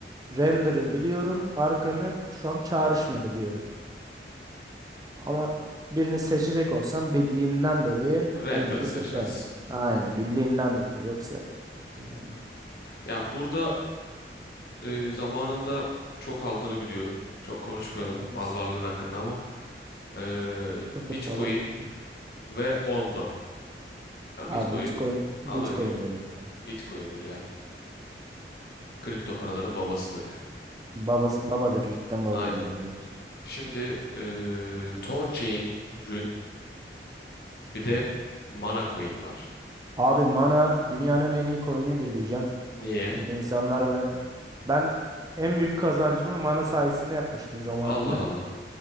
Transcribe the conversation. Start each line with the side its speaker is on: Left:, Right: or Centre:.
Right: Render'ı biliyorum. Arkanı şu an çağrışmadı diyorum. Ama birini seçecek olsam bildiğimden dolayı
Left: Render'ı
Right: Render'ı
Left: seçersin.
Right: seçerdim. Aynen bildiğimden dolayı. Yoksa şeyden değil.
Left: Yani burada e, zamanında çok aldığını biliyorum. Çok konuşmayalım
Right: Evet.
Left: mal varlığın
Right: <laughs>
Left: hakkında ama e,
Right: Sıfır
Left: Bitcoin
Right: falan şu.
Left: ve Ondo. Yani
Right: Abi
Left: Bitcoin
Right: Bitcoin
Left: alır
Right: Bitcoin'dir
Left: gibi.
Right: yani.
Left: Bitcoin'dir yani. Kripto paraların babasıdır yani.
Right: Babası babadır cidden babadır
Left: Aynen.
Right: yani gerçek.
Left: Şimdi e, Torchain, Rune bir de Mana Coin var.
Right: Abi mana dünyanın en iyi coin'idir diyeceğim.
Left: Niye?
Right: Şimdi insanlar ben, ben en büyük kazancımı mana sayesinde yapmıştım zamanında.
Left: Allah Allah.